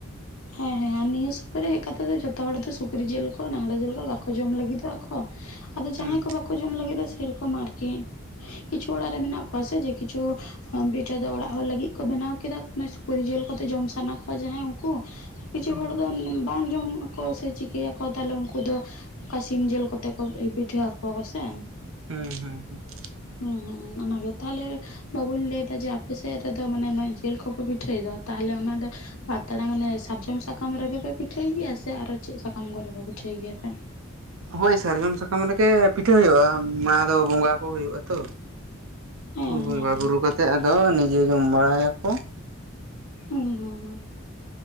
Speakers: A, on the left (about 80°); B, on the right (about 70°).
A: ᱦᱮᱸ ᱦᱮᱸ ᱟᱨ ᱱᱤᱭᱟᱹ ᱥᱚᱢᱚᱭ ᱨᱮ ᱦᱮᱡ ᱠᱟᱛᱮ ᱫᱚ ᱡᱷᱚᱛᱚ ᱦᱚᱲ ᱫᱚ ᱥᱩᱠᱨᱤ ᱡᱤᱞ ᱠᱚ ᱰᱟᱝᱜᱽᱨᱟ ᱡᱤᱞ ᱠᱚ ᱵᱟᱠᱚ ᱡᱚᱢ ᱞᱟᱹᱜᱤᱫᱚᱜᱼᱟ ᱠᱚ᱾ ᱟᱫᱚ ᱡᱟᱦᱟᱸᱭ
B: ᱦᱩᱸ
A: ᱠᱚ ᱵᱟᱠᱚ ᱡᱚᱢ ᱞᱟᱹᱜᱤᱫᱚᱜᱼᱟ ᱥᱮᱨᱚᱠᱚᱢ ᱟᱨᱠᱤ, ᱠᱤᱪᱷᱩ ᱚᱲᱟᱜ ᱨᱮ ᱢᱮᱱᱟᱜ ᱠᱚᱣᱟ ᱥᱮ ᱡᱮ ᱠᱤᱪᱷᱩ <unintelligible> ᱯᱤᱴᱷᱟᱹ ᱫᱚ ᱚᱲᱟᱜ ᱦᱚᱲ ᱞᱟᱹᱜᱤᱫ ᱠᱚ ᱵᱮᱱᱟᱣ ᱠᱮᱫᱟ ᱥᱩᱠᱨᱤ ᱡᱤᱞ ᱠᱚᱛᱮ ᱡᱚᱢ ᱥᱟᱱᱟ ᱠᱚᱣᱟ ᱡᱟᱦᱟᱸᱭ ᱩᱱᱠᱩ ᱠᱤᱪᱷᱩ
B: ᱦᱩᱸ
A: ᱦᱚᱲ ᱫᱚ ᱵᱟᱝ ᱡᱚᱢ ᱟᱠᱚ ᱥᱮ ᱪᱤᱠᱟᱹᱭᱟᱠᱚ ᱛᱟᱦᱞᱮ ᱩᱱᱠᱩ ᱫᱚ ᱚᱝᱠᱟ ᱥᱤᱢ ᱡᱤᱞ ᱠᱚᱛᱮ ᱠᱚ ᱮ ᱯᱤᱴᱷᱟᱹ ᱟᱠᱚᱣᱟ ᱠᱚ ᱥᱮ᱾
B: ᱦᱩᱸ ᱦᱩᱸ ᱦᱩᱸ᱾
A: ᱦᱩᱸ ᱦᱩᱸ ᱚᱱᱟᱜᱮ ᱛᱟᱦᱚᱞᱮ ᱵᱟᱵᱤᱱ ᱞᱟᱹᱭᱫᱟ ᱡᱮ ᱟᱯᱮ ᱥᱮᱫ ᱨᱮᱫᱚ ᱢᱟᱱᱮ ᱱᱚᱭ ᱡᱮᱞ ᱠᱚᱠᱚ ᱯᱤᱴᱷᱟᱹᱭᱫᱚ ᱛᱟᱦᱚᱞᱮ ᱚᱱᱟᱫᱚ ᱯᱟᱛᱲᱟ ᱢᱟᱱᱮ ᱥᱟᱨᱡᱚᱢ ᱥᱟᱠᱟᱢ ᱨᱮᱜᱮ ᱯᱮ ᱯᱤᱴᱷᱟᱹᱭ ᱜᱮᱭᱟ ᱥᱮ ᱟᱨᱦᱚ ᱪᱮᱫ ᱥᱟᱠᱟᱢ ᱠᱚᱨᱮᱯᱮ ᱯᱤᱴᱷᱟᱹᱭ ᱜᱮᱭᱟᱯᱮ?
B: ᱦᱳᱭ ᱥᱟᱨᱡᱚᱢ ᱥᱟᱠᱟᱢ ᱨᱮᱜᱮ ᱯᱤᱴᱷᱟᱹ ᱦᱩᱭᱩᱜᱼᱟ ᱚᱱᱟᱫᱚ ᱵᱚᱸᱜᱟ ᱠᱚ ᱦᱩᱭᱩᱜ ᱟᱛᱚ,
A: ᱦᱮᱸ
B: ᱵᱚᱸᱜᱟ
A: ᱦᱮᱸ ᱦᱮᱸ
B: ᱵᱩᱨᱩ ᱠᱟᱛᱮ ᱟᱫᱚ ᱱᱤᱡᱮ ᱡᱚᱢ ᱵᱟᱲᱟᱭᱟᱠᱚ᱾
A: ᱦᱩᱸ ᱦᱩᱸ ᱦᱩᱸ᱾